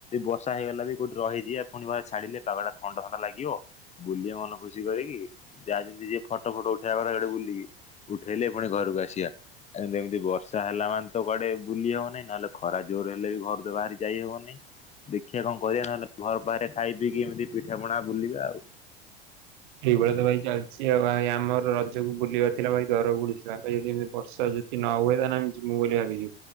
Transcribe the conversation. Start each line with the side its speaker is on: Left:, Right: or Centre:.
Left: ବର୍ଷା ହେଇଗଲା ବି କୋଉଠି ରହିଜିବା। ପୁଣି ବା ଛାଡିଲେ କାଗା ଥଣ୍ଡା ଥଣ୍ଡା ଲାଗିବ ବୁଲିବେ ମନ ଖୁସି କରିକି ଯାହା ଯେମିତି ଯିଏ ଫଟୋ ଫଟୋ ଉଠେଇବା କଥା ସେଡେ ବୁଲିକି ଉଠେଇଲେ ପୁଣି ଘରକୁ ଆସିବା ଏମିତି ବର୍ଷା ହେଲା ମାନେ ତ କୁଆଡେ ବୁଲି ହବନାହିଁ ନହେଲେ ଖରା ଜୋର ହେଲେ ବି ଘରୁ ତ ବାହାରି ଯାଇହବନେହିଁ ଦେଖିବା କଣ କରିବା ନହେଲେ ଘର ବା ସେ ଖାଇ ପିଇକି ଏମିତି ପିଠା ପଣା ବୁଲିବା ଆଉ।
Right: ଏହିଭଳିଆ ତ ଭାଇ ଚାଲିଛି ଆଉ ଭାଇ ଆମର ରଜ କୁ ବୁଲିବାର ଥିଲା ଭାଇ ଦର ବୁଡିଶା ତ ଏଠି ଏମତି ବର୍ଷା ଜତି ନ ହୁଏ ତାହେଲେ ଆମେ ଜିମୁଁ ବୋଲି ଭାବିଛୁ।